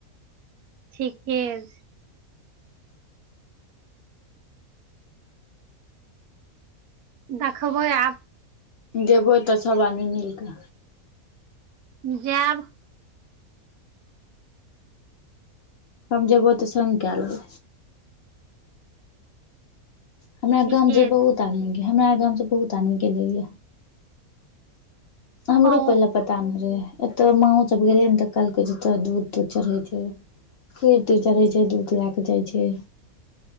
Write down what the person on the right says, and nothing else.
ठीके छै। देखबै आब।
जैब।
ठीके
छै
ओ